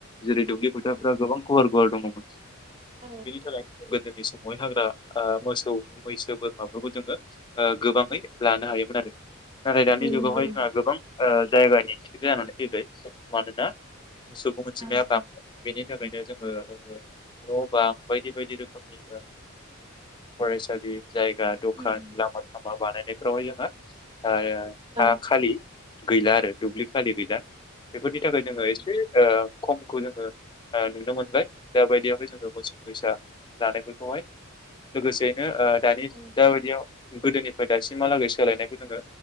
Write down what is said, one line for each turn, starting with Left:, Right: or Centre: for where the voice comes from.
Left: जेरै दुब्लि फोथारफ्रा
Right: औ
Left: गोबां गुवार <unintelligible>
Right: औ
Left: बिनि थाखाय <unintelligible> समावहाय हाग्रा मोसौ मैसो बोरमाफोरखौ जोङो गोबाङै लानो हायोमोन आरो। नाथाय दानि
Right: नंगौ
Left: जुगावहाय
Right: नंगौ
Left: जोंहा गोबां ओ जायगानि थिग जानानै फैबाय मानोना सुबुं अनजिमाया
Right: औ
Left: बां बेनि थाखायनो जोङो न' बां बायदि बायदि रोखोमनि फरायसालि जायगा दखान
Right: उम
Left: लामा थामा बानायनायफोरावहाय जोंहा ओ
Right: औ
Left: हा खालि गैला आरो दुब्लि खालि गैला बेफोरनि थाखाय
Right: नंगौ
Left: जोङो एसे ओ खमखौ जोङो नुनो मोनबाय द बायदियावहाय जोङो मोसौ मैसा लानायफोरखौहाय लोगोसेयैनो दानि
Right: औ
Left: दा बायदियावबि गोदोनिफ्राय दासिमहालागै सोलायनायखौ जोङो